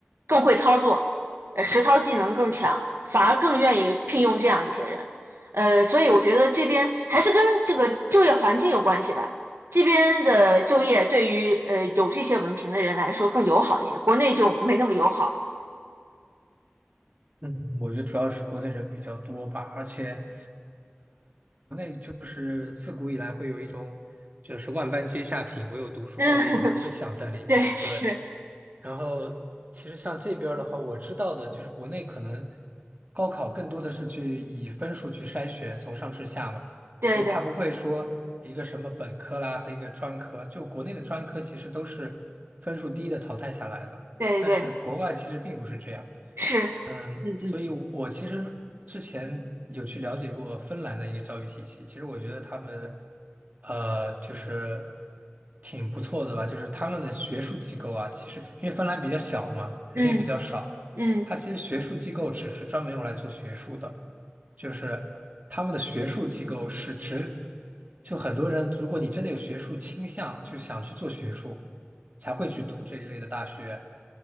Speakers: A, on the right; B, on the right.
A: 更会操作，呃，实操技能更强，反而更愿意聘用这样一些人。呃，所以我觉得这边还是跟这个就业环境有关系吧。这边的就业对于呃有这些文凭的人来说更友好一些，国内就没那么友好。
B: 嗯，我觉得主要是国内人比较多吧，而且都是自古以来会有一种就是万般皆下品，唯有读书高的一种思想在里面。
A: 嗯，<laughs> 对，是，
B: 对。然后其实像这边儿的话，我知道的就是国内可能高考更多的是去以分数去筛选，从上至下嘛，
A: 对对
B: 所以他不会说一个什么本科啦和一个专科，就国内的专科其实都是分数低的淘汰下来的，
A: 对对，
B: 但是国外其实并不是这样。
A: 是，
B: 嗯，
A: 嗯
B: 所以我，我其实之前有去了解过芬兰的一个教育体系，其实我觉得他们，呃，就是挺不错的吧。就是他们的学术机构啊，其实因为芬兰比较小嘛，人也比较少，
A: 嗯嗯嗯
B: 它其实学术机构只是专门用来做学术的，就是他们的学术机构是指，就很多人，如果你真的有学术倾向，就想去做学术，才会去读这一类的大学。